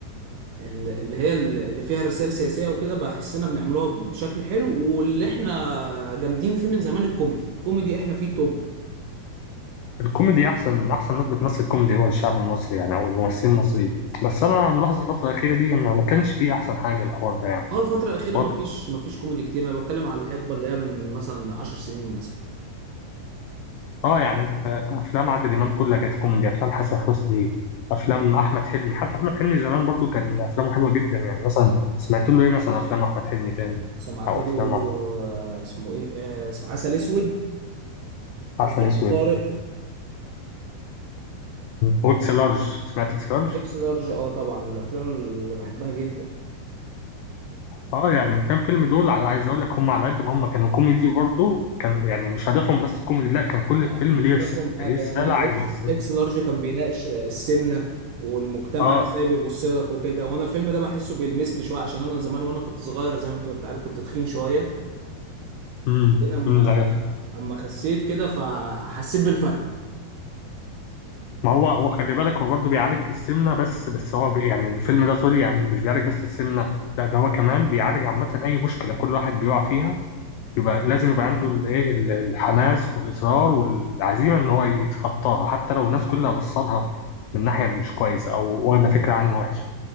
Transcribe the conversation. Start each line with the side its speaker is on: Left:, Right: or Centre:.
Right: ال- اللي هي ال- اللي فيها رسائل سياسيه وكده بحسنا بنعملوها بشكل حلو واللي احنا جامدين فيه من زمان الكوميدي الكوميدي احنا فيه توب
Left: الكوميدي احسن احسن ناس بتمثل كوميدي هو الشعب المصري يعني او الممثلين المصريين بس انا ملاحظ الفتره الاخيره دي ما ما كانش فيه احسن حاجه الحوار ده يعني
Right: اه الفتره الاخيره
Left: واضح
Right: مفيش مفيش كوميدي كتير انا بتكلم على الحقبه اللي هي من مثلا عشر سنين مثلا
Left: اه يعني انت افلام عادل امام كلها كانت كوميدي افلام حسن حسني افلام احمد حلمي حتى احمد حلمي زمان برضو كان افلامه حلوه جدا يعني مثلا سمعت له ايه مثلا افلام احمد حلمي تاني
Right: سمعت
Left: او
Right: له
Left: افلام
Right: آه، اسمه ايه آه، اسمه عسل اسود
Left: عسل
Right: وظرف
Left: اسود
Right: طارق
Left: واكس لارج، سمعت اكس لارج
Right: اكس لارج اه طبعا والافلام اللي بحبها جدا
Left: اه يعني الكام فيلم دول على عايز اقول لك هم على قد ما هم كانوا كوميدي برضه كانوا يعني مش هدفهم بس كوميدي لا كان كل
Right: لا،
Left: فيلم ليه
Right: هدفهم
Left: رساله
Right: حاجة
Left: ليه رساله
Right: يعني
Left: عايز
Right: اكس
Left: اوصلها
Right: اكس لارج كان بيناقش السمنة والمجتمع
Left: اه
Right: ازاي بيبص لك وكده وانا الفيلم ده بحسه بيلمسني شوية عشان انا زمان وانا كنت صغير زي ما انت كنت عارف كنت تخين شوية
Left: امم
Right: هنا اما
Left: أمم، لا يا فندم.
Right: اما خسيت كده فحسيت بالفرق
Left: ما هو هو خلي بالك هو برضه بيعالج السمنه بس بس هو بي يعني الفيلم ده سوري يعني مش بيعالج بس السمنه لا ده هو كمان بيعالج عامه اي مشكله كل واحد بيقع فيها يبقى لازم يبقى عنده الايه ال- الحماس والاصرار والعزيمه ان هو يتخطاها حتى لو الناس كلها بصلها من ناحيه مش كويسه او واخده فكره عنه وحشه